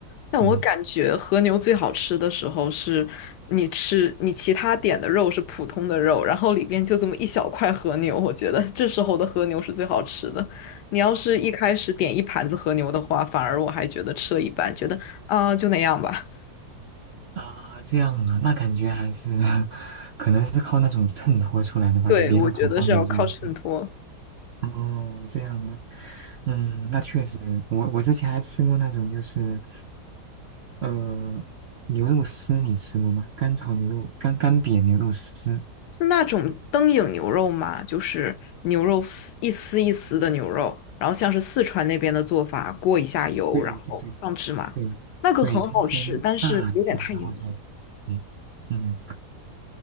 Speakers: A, on the left; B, on the right.
A: 但我感觉和牛最好吃的时候是，
B: 嗯。
A: 你吃你其他点的肉是普通的肉，然后里边就这么一小块和牛，我觉得这时候的和牛是最好吃的。你要是一开始点一盘子和牛的话，反而我还觉得吃了一半，觉得啊、就那样吧。
B: 啊，这样啊，那感觉还是 <laughs> 可能是靠那种衬托出来的吧，
A: <laughs> 对，
B: 就别的普通牛肉。
A: 我觉得是要靠衬托。
B: 哦，这样啊，嗯，那确实，我我之前还吃过那种就是，呃，牛肉丝，你吃过吗？干炒牛肉，干干煸牛肉丝。
A: 就那种灯影牛肉嘛，就是牛肉丝一丝一丝的牛肉，然后像是四川那边的做法，过一下油，
B: 对对对
A: 然后放芝麻，
B: 对对，
A: 那个很好吃，
B: 它是先炸一下，
A: 但是有点太油了。
B: 然后再，对嗯，